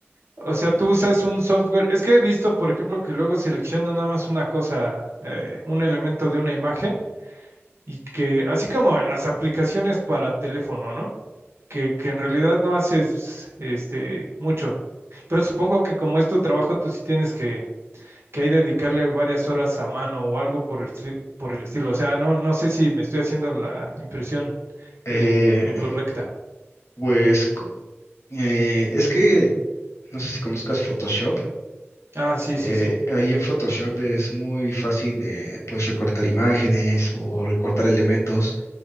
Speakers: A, on the right (about 65°); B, on the left (about 85°).
A: o sea, tú usas un software. Es que he visto, por ejemplo, que luego selecciona nada más una cosa, eh, un elemento de una imagen, y que, así como en las aplicaciones para teléfono, ¿no? Que, que en realidad no haces este mucho. Pero supongo que como es tu trabajo, tú sí tienes que que hay de dedicarle varias horas a mano o algo por el, estri- por el estilo. O sea, no, no sé si me estoy haciendo la impresión
B: Eh,
A: eh, incorrecta.
B: pues cu- eh, es que no sé si conozcas Photoshop.
A: Ah, sí,
B: Eh,
A: sí, sí.
B: ahí en Photoshop es muy fácil eh, pues recortar imágenes o recortar elementos